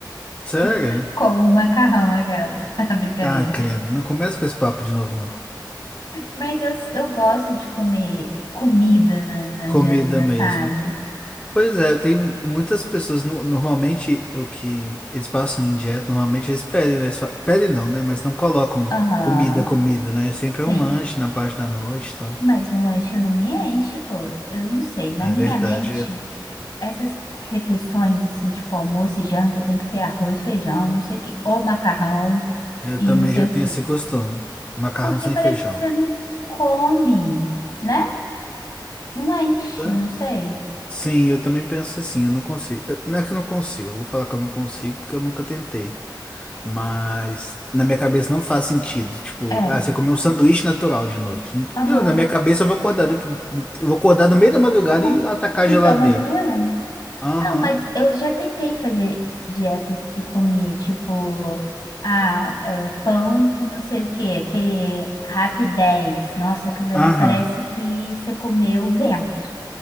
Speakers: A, on the left (about 15°); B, on the left (about 60°).
A: Sério?
B: <laughs> Com macarrão, aquelas. <laughs> Brincadeira.
A: Ah, credo, não começa com esse papo de novo, não.
B: Mas eu, eu gosto de comer comida na, na
A: Comida
B: janta,
A: mesmo.
B: sabe?
A: Pois é, tem muitas pessoas, no- normalmente o que eles passam em dieta, normalmente eles pedem, né? Eles fa- pedem não, né? Mas não colocam
B: Aham.
A: comida, comida, né? Sempre
B: Sim.
A: é um lanche na parte da noite e tal.
B: Mas um lanche não me enche, pô. Eu não sei. Na
A: É
B: minha
A: verdade,
B: mente,
A: eu,
B: essas refeições, assim, tipo almoço e janta, tem que ser arroz, feijão, não sei o quê. Ou macarrão.
A: eu
B: e
A: também
B: não sei
A: já
B: o
A: tenho
B: quê.
A: esse costume. Macarrão
B: Porque
A: sem
B: parece
A: feijão.
B: que você não come, né? Não enche,
A: Ah,
B: não sei.
A: Sim, eu também penso assim, eu não consigo. Eu- Não é que eu não consigo, eu vou falar que eu não consigo porque eu nunca tentei. Mas na minha cabeça não faz sentido. Tipo,
B: É,
A: ah, você comeu um sanduíche natural de noite.
B: aham,
A: Meu, Na minha cabeça eu vou acordar daqui, eu vou acordar no meio da madrugada
B: aham.
A: e ir lá atacar
B: O
A: a geladeira.
B: estômago doendo.
A: Aham,
B: Não, mas eu já tentei fazer dietas que comia, tipo, ah, é, pão com não sei o quê, aquele Rapidez. Nossa, aquilo ali
A: aham.
B: parece que você comeu vento.